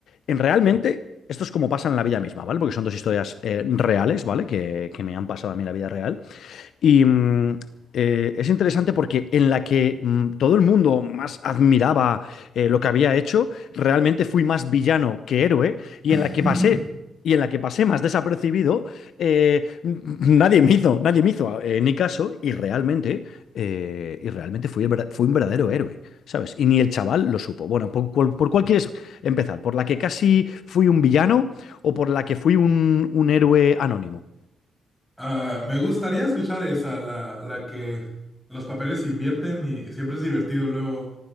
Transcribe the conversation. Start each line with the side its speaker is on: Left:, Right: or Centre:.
Left: en realmente, esto es como pasa en la vida misma, ¿vale? Porque son dos historias eh, reales, ¿vale? Que, que me han pasado a mí en la vida real. Y mm, eh, es interesante porque en la que mm, todo el mundo más admiraba eh, lo que había hecho, realmente fui más villano que héroe, y
Centre: <laughs>
Left: en la que pasé. Y en la que pasé más desapercibido, eh, n- nadie me hizo, nadie me hizo eh, ni caso, y realmente, eh, y realmente fui, el verda- fui un verdadero héroe, ¿sabes? Y ni el chaval lo supo. Bueno, ¿por, cuál- por cuál quieres empezar? ¿Por la que casi fui un villano o por la que fui un un héroe anónimo?
Centre: Ah, me gustaría escuchar esa, la, la que los papeles se invierten y siempre es divertido luego